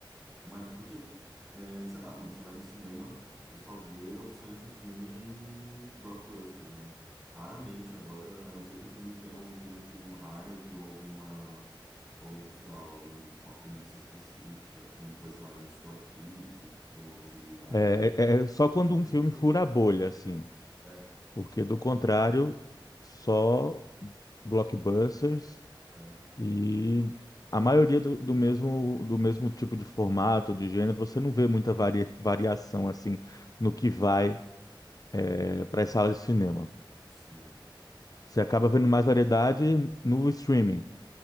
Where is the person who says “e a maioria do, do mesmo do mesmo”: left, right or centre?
Left